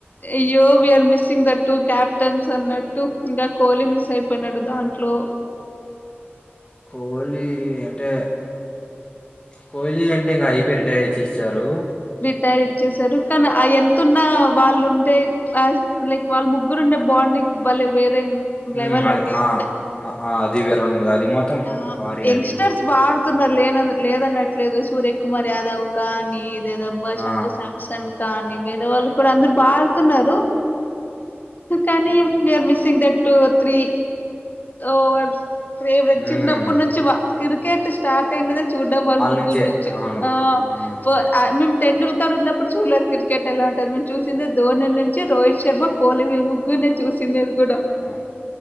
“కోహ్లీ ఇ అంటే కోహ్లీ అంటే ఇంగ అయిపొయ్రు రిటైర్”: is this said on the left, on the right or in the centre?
Left